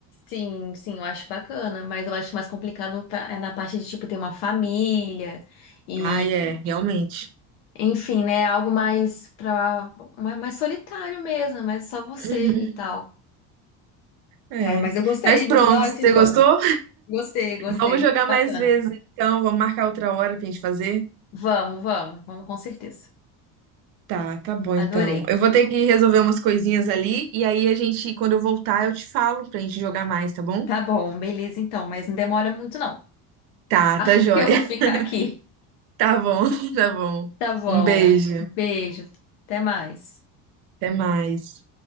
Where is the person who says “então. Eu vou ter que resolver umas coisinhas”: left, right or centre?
Right